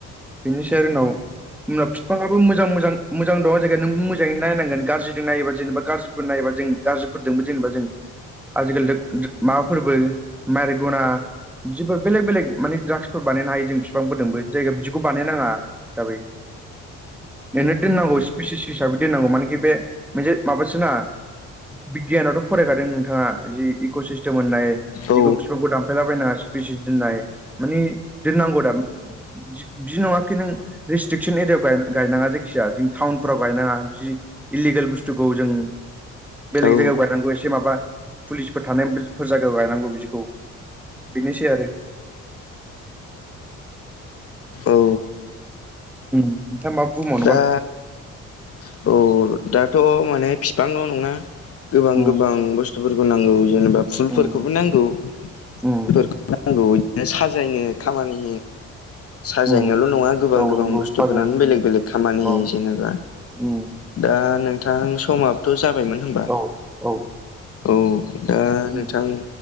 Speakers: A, in the centre; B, on the left.
A: <unintelligible> होनबा बिफाङाब मोजां -मोजां मोजां दं जाय नों मोजै नायनांगोन गाज्रिजों नायोबा जेबा गाज्रि नायोबा जों गाज्रिफोरदोंबो जेनेबा जों आजिखालि <unintelligible> माबाफोरबो माइेर गना बिदिफोर बेलेग -बेलेग माने द्राग्सफोर बानायनो हायो जों बिफांफोरदोंबो जायगायाव बिदिखौ बानायनाङा <unintelligible> बेनो दोननांगौ स्पेसिस हिसाबै दोननांगौ मानोखि बे मोनसे माबासोना बिगियानावथ' फरायखादों नोंथाङा जि इक' सिस्टेम होननाय
B: औ
A: बिखौ बिफांखौ दानफायलाबायनाङा स्पिसिस दोननाय माने दोननांगौ दा बिदि नङाखि नों रेस्ट्रिकसन एरियाायाव गाय-गायनाङा जायखिजाया टाउनफोराव गायनाङा बिदि इलिगेल बुस्थुखौ जों बेलेग
B: औ
A: जायगायाव गायनांगौ एसे माबा पुलिसफोर थानायफोर जायगायाव गायनांगौ बिदिखौ‌। बिनोसै आरो।
B: औ
A: नोंथाङा माबा बुंबावनोबा?
B: दा औ दाथ' माने बिफांल' नङा गोबां
A: उम
B: -गोबां बुस्थु बुस्थुफोरखौ नांगौ जेनेबा फुलफोरखौबो
A: उम
B: नांगौ। <unintelligible>
A: उम
B: बिदिनो साजायनो खामानि साजायनायल'
A: उम
B: नङा। गोबां
A: औ
B: -गोबां
A: नंगौ
B: बुस्थुफोरानो
A: साजाय
B: बेलेग -बेलेग खामानि
A: औ
B: होयो जेनेबा।
A: औ।
B: दा नोंथां समाबथ' जाबायमोन होनबा
A: औ औ
B: औ। दा
A: उम
B: नोंथां